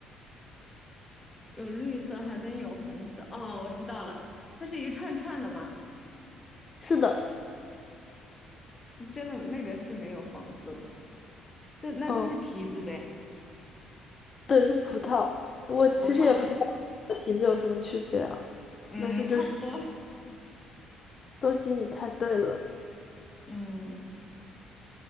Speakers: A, on the left (about 20°); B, on the left (about 40°).
A: 有绿色，还能有红色。哦，我知道了，它是一串串的吗？
B: 是的，
A: 真的，那个是没有黄色的，就那就是提子呗，
B: 嗯，对，是葡萄。我其实也不知道的题字有什么区别啊，
A: 葡萄。嗯，
B: 但是就是
A: 差不多。
B: 恭喜你猜对了，
A: 嗯，